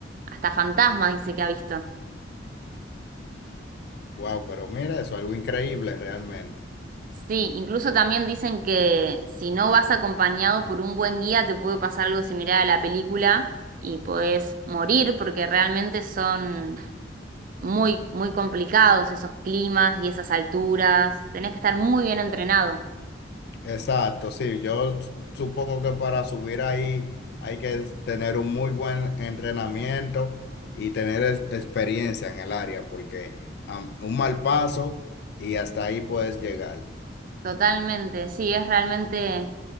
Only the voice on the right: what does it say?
hasta fantasmas, dice que ha visto.
Sí, incluso también dicen que si no vas acompañado por un buen guía te puede pasar algo similar a la película y podés morir porque realmente son muy, muy complicados esos climas y esas alturas. Tenés que estar muy bien entrenado.
Totalmente, sí, es realmente